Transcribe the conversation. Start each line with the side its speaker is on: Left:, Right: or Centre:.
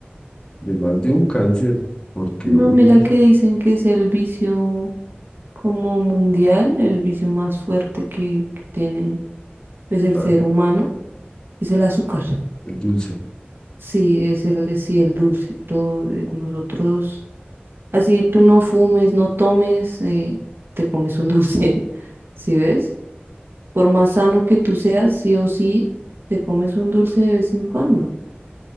Left: de más de un cáncer. Porque,
Right: No,
Left: uy,
Right: mira que dicen que es el vicio como mundial, el vicio más fuerte que, que tiene pues el
Left: ah,
Right: ser humano, es el azúcar.
Left: el dulce.
Right: Sí, es el de sí, el dulce. Todo, eh, nosotros, así tú no fumes, no tomes, eh, te comes un dulce, <laughs> ¿sí ves? Por más sano que tú seas, sí o sí, te comes un dulce de vez en cuando.